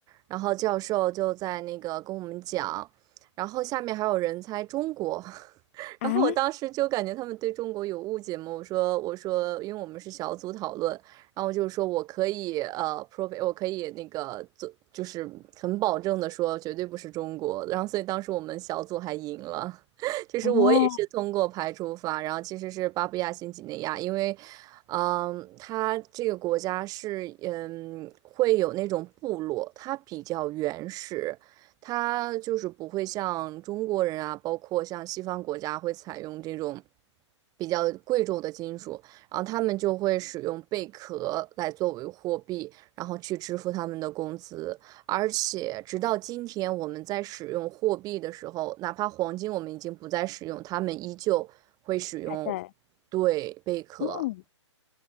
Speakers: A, on the right (about 25°); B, on the left (about 25°).
A: 然后教授就在那个跟我们讲。然后下面还有人猜中国然后我当时就感觉他们对中国有误解嘛，
B: 啊，
A: 我说我说，因为我们是小组讨论，然后就说我可以呃 p r o v e 我可以那个做，就是很保证的说绝对不是中国，然后所以当时我们小组还赢了，<laughs> 就是我也是通过排除法，
B: 哦，
A: 然后其实是巴布亚新几内亚，因为。嗯，它这个国家是，嗯，会有那种部落，它比较原始，它就是不会像中国人啊，包括像西方国家会采用这种比较贵重的金属，然后他们就会使用贝壳来作为货币，然后去支付他们的工资。而且直到今天，我们在使用货币的时候，哪怕黄金我们已经不再使用，他们依旧会使用
B: 还在，
A: 对贝壳。
B: 嗯